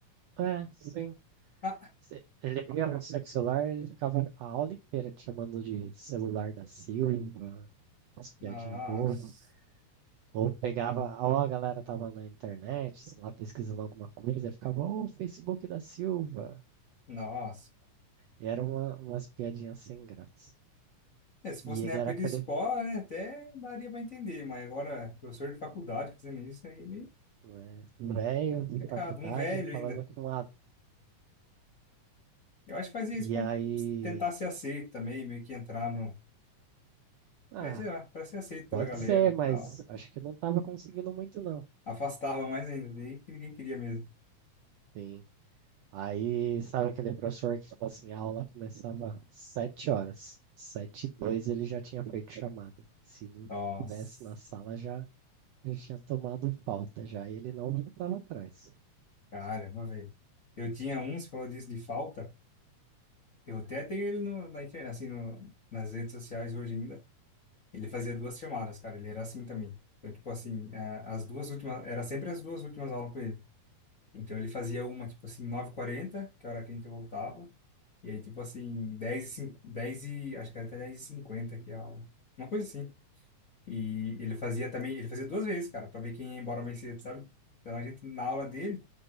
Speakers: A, on the right (about 80°); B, on the left (about 45°).
A: É, sim.
B: Ah,
A: Cê- Ele pegava no seu celular, ele ficava a aula inteira te chamando de celular da Silva, umas piadinhas
B: nossa.
A: bobas. Ou pegava, ou a galera tava na internet, sei lá, pesquisando alguma coisa, e ficava, ô, Facebook da Silva.
B: Nossa.
A: E era uma, umas piadinhas sem graça.
B: É, se fosse
A: E ele
B: na época
A: era aquele,
B: de escola, né, até daria para entender, mas agora, professor de faculdade fazendo isso aí é meio
A: né, velho
B: complicado.
A: de faculdade
B: Um velho ainda.
A: falando com a.
B: Eu acho que fazia isso
A: E
B: para
A: aí,
B: tentar ser aceito também, meio que entrar no.
A: ah,
B: É, sei lá, para ser aceito pela
A: pode
B: galera
A: ser,
B: e
A: mas
B: tal.
A: acho que não tava conseguindo muito, não.
B: Afastava mais ainda, daí que ninguém queria mesmo.
A: Sim. Aí, sabe aquele professor que, tipo assim, a aula começava sete horas. Sete e dois ele já tinha feito chamada. Se não
B: Nossa,
A: tivesse na sala, já, já tinha tomado falta, já. E ele não voltava atrás.
B: caramba, velho. Eu tinha um, você falou disso de falta. Eu até tenho ele no, na internet, assim, no, nas redes sociais hoje ainda. Ele fazia duas chamadas, cara. Ele era assim também. Então, tipo assim, a- as duas últimas, era sempre as duas últimas aulas com ele. Então ele fazia uma, tipo assim, nove h 40 que era a hora que a gente voltava. E aí, tipo assim, 10 e, 5, 10 e acho que era até dez e cinquenta que a aula. Uma coisa assim. E ele fazia também, ele fazia duas vezes, cara, pra ver quem ia embora mais cedo, sabe? Então a gente, na aula dele,